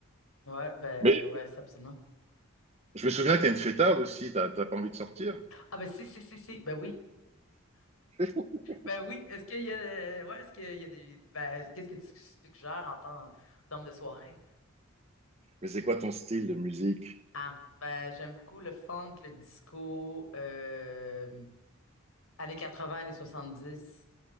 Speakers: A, on the left; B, on the right.
A: Ouais, ben
B: Mais
A: ouais, ça absolument.
B: Je me souviens que t'es une fêtarde aussi, t'as t'as pas envie de sortir.
A: Ah ben si, si, si, si. Ben oui.
B: <laughs>
A: Ben oui. Est-ce qu'il y a euh, ouais, est-ce qu'il y a des. Ben, qu'est-ce que tu suggères en temps- en termes de soirée?
B: Mais c'est quoi ton style de musique?
A: Ah, ben j'aime beaucoup le funk, le disco, euh, années vingts années 70.